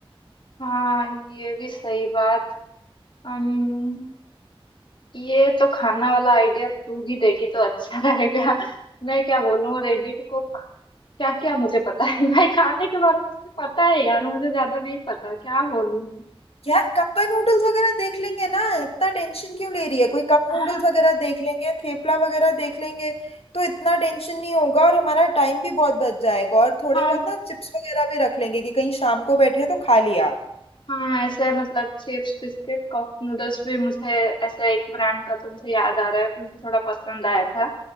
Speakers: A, on the left; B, on the left.
A: हाँ ये भी सही बात हम ये तो खाना वाला आइडिया तू ही देगी तो अच्छा <laughs> रहेगा मैं क्या बोलूँ रेडिट को क्या क्या मुझे पता है <laughs> भाई खाने के बारे में तुझे पता है यार मुझे ज्यादा नहीं पता क्या बोलूँ
B: यार कप नूडल्स वगैरह देख लेंगे ना इतना टेंशन क्यों ले रही है कोई कप
A: <laughs>
B: नूडल्स वगैरह देख लेंगे थेपला वगैरह देख लेंगे तो इतना टेंशन नहीं होगा और हमारा टाइम भी बहुत बच जाएगा और थोड़े
A: हाँ हाँ
B: बहुत ना चिप्स वगैरह भी रख लेंगे कि कहीं शाम को बैठे तो खा लिया
A: हाँ ऐसा है, मतलब चिप्स बिस्किट कप नूडल्स भी मुझे ऐसा एक ब्रांड का तो मुझे याद आ रहा है मुझे थोड़ा पसंद आया था